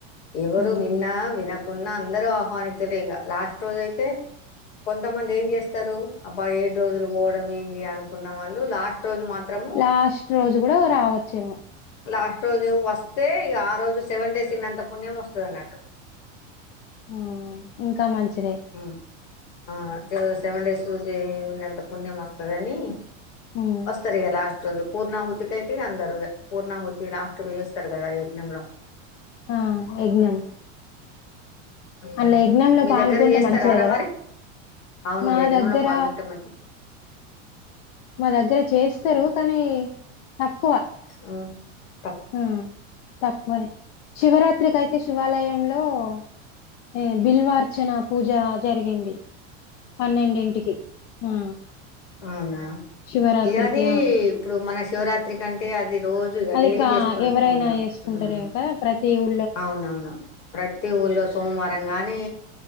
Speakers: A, on the left (about 60°); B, on the left (about 75°).
A: ఎవరు
B: హ్మ్.
A: విన్నా విన కున్నా అందరుూ ఆహ్వానితులే ఇక లాస్ట్ రోజు అయితే కొంతమంది ఏం చేస్తారు అబ్బా ఏడు రోజులు పోవడం ఏంది అనుకున్న వాళ్ళు లాస్ట్ రోజు మాత్రము
B: లాస్ట్ రోజు కూడా రావచ్చేమో
A: లాస్ట్ రోజు వస్తే ఇ ఆ రోజు సెవెన్ డేస్ ఇన్నంత పుణ్యం వస్తుంది అన్నట్టు
B: ఊ ఇంకా మంచి మంచిదే
A: మ్ ఆ సెవెన్ డేస్ ఉన్నంత పుణ్యం వస్తుందని
B: హ్మ్.
A: వస్తరిగ లాస్ట్ రోజు పూర్ణాహుతికైతే అందరు పూర్ణాహుతి లాస్ట్కి చేస్తారు కదా ఆ యజ్ఞంలో
B: ఆ యజ్ఞం
A: ఉమ్
B: అందులో యజ్ఞమ్ లో
A: మీ
B: పాల్గొంటే
A: దగ్గర చేస్తారారా
B: మంచిదే కదా
A: మరి అవును
B: మా
A: యజ్ఞంలో
B: దగ్గర
A: పాల్గొంటే మంచి
B: మా దగ్గర చేస్త ఇస్తారు కానీ తక్కువ
A: ఉ
B: ఆ తక్కువనే శివరాత్రికియితే శివాలయంలో ఆ ఏ బిల్వార్చన పూజ జరిగింది పన్నెండింటికి ఆ
A: అవునా
B: శివరాత్రికి
A: ఇక అది
B: ఆ
A: ఇప్పుడు మన శివరాత్రి కంటే అది రోజు ఇక
B: అది
A: డైలీ
B: కా
A: చేసుకునే
B: ఎవరైనా
A: పూజ
B: చేసుకుంటారేమో
A: ఉమ్
B: కదా దేవ్
A: అవునవును ప్రతి ఊళ్ళో సోమవారం గాని